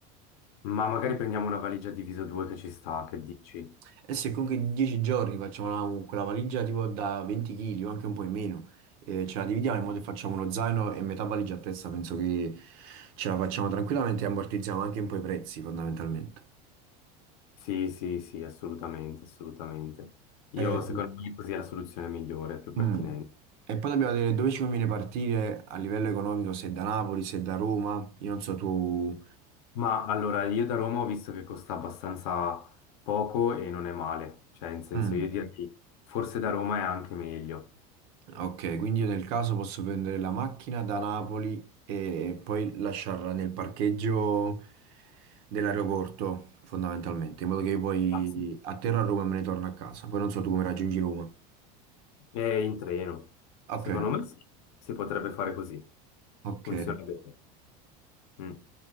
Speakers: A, on the left (about 70°); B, on the right (about 50°).
A: Ma magari prendiamo una valigia diviso due che ci sta, che dici?
B: Eh sì, comunque 10 giorni facciamo una- quella valigia tipo da 20 kg o anche un po' in meno. Eh, ce la dividiamo
A: Mhm.
B: in modo che facciamo uno zaino e metà valigia a testa. Penso che ce la facciamo tranquillamente e ammortizziamo anche un po' i prezzi fondamentalmente.
A: Sì, sì, sì, assolutamente, assolutamente. Io
B: Eh,
A: secondo me così è la soluzione migliore, più pertinente.
B: mm. E poi dobbiamo vedere dove ci conviene partire a livello economico, se da Napoli, se da Roma. Io non so tu...
A: Ma allora, io da Roma ho visto che costa abbastanza poco e non è male, cioè in senso
B: Mm.
A: io direi forse da Roma è anche meglio.
B: Ok, quindi io nel caso posso prendere la macchina da Napoli e poi lasciarla nel parcheggio dell'aeroporto, fondamentalmente, in modo che io poi
A: Ah, sì.
B: atterro a Roma e me ne torno a casa. Poi non so tu come raggiungi Roma.
A: È in treno.
B: Ok,
A: Secondo me sì, si potrebbe fare così,
B: ok.
A: funziona bene. Mm.